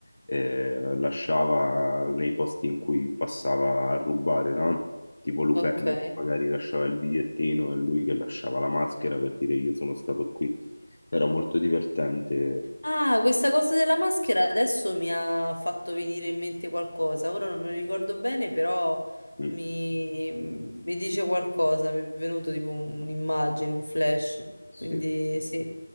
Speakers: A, on the left; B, on the left.
A: eh, lasciava nei posti in cui passava a rubare, no? Tipo Lupin
B: ok.
A: che magari lasciava il bigliettino e lui che lasciava la maschera per dire io sono stato qui. Era molto divertente.
B: Ah, questa cosa della maschera adesso mi ha fatto venire in mente qualcosa. Ora non me lo ricordo bene, però
A: Mm,
B: mi, mi dice qualcosa. Mi è venuto tipo un- un'immagine, un flash.
A: sì.
B: Quindi sì.